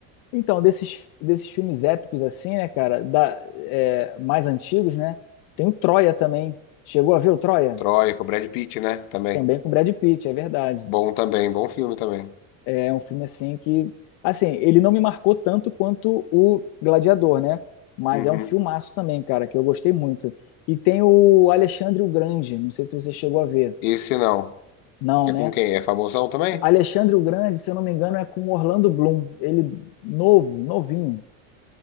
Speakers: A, on the left; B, on the left.
A: Então, desses, desses filmes épicos assim, né, cara, da, é, mais antigos, né, tem o Troia também. Chegou a ver o Troia?
B: Troia, com o Brad Pitt, né? Também.
A: Também com Brad Pitt, é verdade.
B: Bom também, bom filme também.
A: É um filme assim que, assim, ele não me marcou tanto quanto o Gladiador, né? Mas
B: Uhum.
A: é um filmaço também, cara, que eu gostei muito. E tem o Alexandre o Grande, não sei se você chegou a ver.
B: Esse não.
A: Não,
B: É
A: né?
B: com quem? É famosão também?
A: Alexandre o Grande, se eu não me engano, é com Orlando Bloom. Ele novo, novinho.